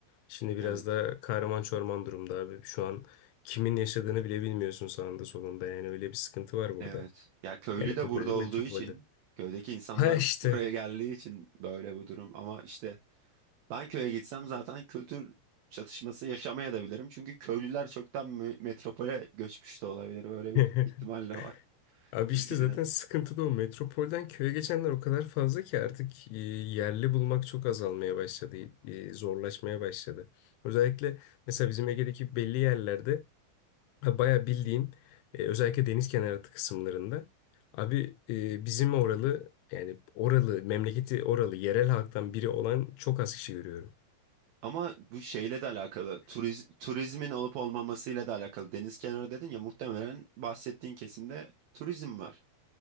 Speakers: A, on the left; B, on the right.
A: Şimdi biraz
B: Evet.
A: da kahraman çorman durumda abi. Şu an kimin yaşadığını bile bilmiyorsun sağında solunda. Yani öyle bir sıkıntı var burada.
B: Evet. Ya köylü
A: Yani
B: de
A: burada
B: burada
A: değil,
B: olduğu
A: metropolde.
B: için, köydeki insanlar
A: Ha işte.
B: <laughs> buraya geldiği için böyle bu durum. Ama işte ben köye gitsem zaten kültür çatışması yaşamaya da bilirim. Çünkü köylüler çoktan me- metropole göçmüş de olabilir. Böyle bir
A: <laughs>
B: ihtimal de var <laughs>
A: Abi
B: Türkiye'de.
A: işte zaten sıkıntı da o. Metropolden köye geçenler o kadar fazla ki artık e, yerli bulmak çok azalmaya başladı. e, zorlaşmaya başladı. Özellikle mesela bizim Ege'deki belli yerlerde Ha, Bayağı bildiğin e, özellikle deniz kenarı kısımlarında abi e, bizim oralı yani oralı memleketi oralı yerel halktan biri olan çok az kişi görüyorum.
B: Ama bu şeyle de alakalı, turiz, turizmin olup olmamasıyla da alakalı. Deniz kenarı dedin ya muhtemelen bahsettiğin kesimde turizm var.